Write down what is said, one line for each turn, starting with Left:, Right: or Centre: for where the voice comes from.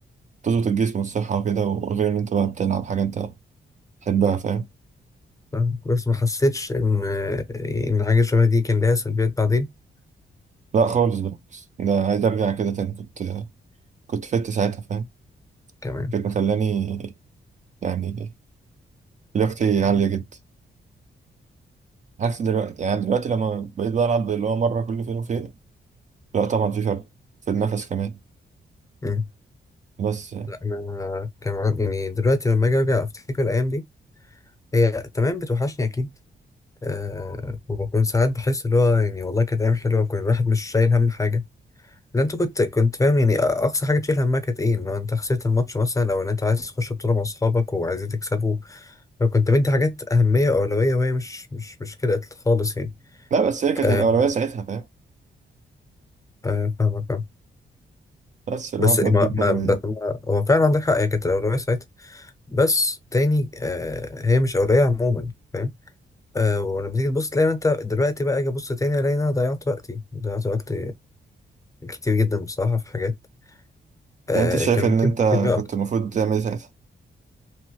Right: تظبط الجسم والصحة وكده وغير إن أنت بقى بتلعب حاجة أنت تحبها فاهم
Left: فاهمك. بس ما حسيتش ان ان حاجه شبه دي كان ليها سلبيات بعدين
Right: لا خالص بالعكس ده عايز أرجع كده تاني كنت كنت فت ساعتها فاهم
Left: كمان
Right: كانت مخلاني يعني لياقتي عالية جدا عكس دلوقتي يعني دلوقتي لما بقيت بلعب اللي هو مرة كل فين وفين لا طبعا في فرق في النفس كمان
Left: مم.
Right: بس
Left: لا انا كان عندي- يعني دلوقتي لما اجي ارجع افتكر الايام دي هي تمام بتوحشني اكيد أه وبكون ساعات بحس اللي هو يعني والله كانت ايام حلوه كان الواحد مش شايل هم حاجه لا انت كنت كنت فاهم يعني اقصى حاجه تشيل همها كانت ايه ان هو انت خسرت الماتش مثلا او ان انت عايز تخش بطوله مع اصحابك وعايزين تكسبوا فكنت مدي حاجات اهميه واولويه وهي مش مش مش كده خالص يعني
Right: لا بس هي كانت
Left: أه
Right: الأولوية ساعتها فاهم
Left: أه فاهمك
Right: بس الواحد
Left: بس
Right: بقى
Left: ما
Right: بيكبر
Left: ما
Right: و...
Left: ب-
Right: يعني
Left: ما- هو فعلا عندك حق هي كانت الأولوية ساعتها بس تاني آه هي مش أولوية عموما فاهم آه ولما تيجي تبص تلاقي إن أنت دلوقتي بقى أجي أبص تاني ألاقي إن أنا ضيعت وقتي ضيعت وقت كتير جدا بصراحة في حاجات آه
Right: أنت شايف
Left: كان ممكن
Right: إن أنت
Left: أفيد بيها
Right: كنت
Left: أكتر
Right: المفروض تعمل إيه ساعتها